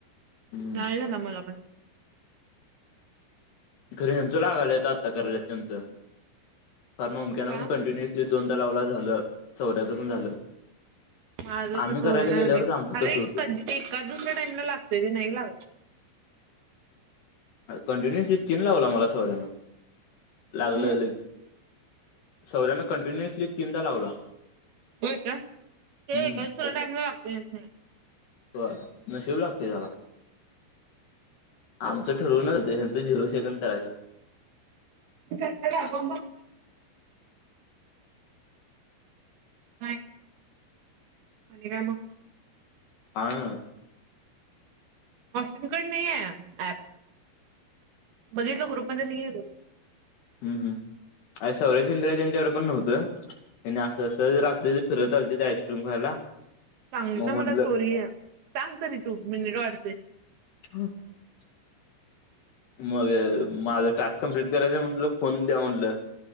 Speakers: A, on the left; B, on the right.
A: हम्
B: य झा ना मला म्हणजे
A: घरी यांचं लागायला आता करायला त्यांचं कारण ओमक्या
B: काय
A: पण
B: माहित.
A: कंटिन्य दोनदा लावला झालं सौऱ्याचं पण झालं
B: माझं
A: आम्ही
B: तर सोयणार
A: करायला गेल्यावरच आमचं
B: अरे
A: तसं होतंय
B: एका दुसऱ्या टाइम लागतोय ते नाही लागत
A: कंटिन्युअसली तीन लावला मला सोळ्यानं लागलं
B: हम्म
A: ल सौऱ्यान कंटिन्युअसली तीनदा लावला
B: होय का ते
A: हम्म
B: का दुसरा टामला लागतो
A: हो न शिवू लागते त्याला आमचं ठरवून चं ह्याच झिरो सेकंड करायचं
B: का ब नाहीय पाणी का म <unintelligible>
A: हा
B: पशचिमकड नाही आहे ऍप <unintelligible> बघितलं ग्रुपमध्ये येतो
A: हम् हम् अ सौरश इंद्रिया त्यांच्याकडे पण नव्हतं <unintelligible> नाही नाही असं अस रात्री फिरत आलते ते आईस्क्रीम खायला
B: सांगितलं
A: मग म्हटलं
B: मला स्टोरी आहे सांग तरी तू मिनिट वाटते
A: हा मग माझं टास्क कंप्लीट करायच म्हटलं फोन द्या म्हटलं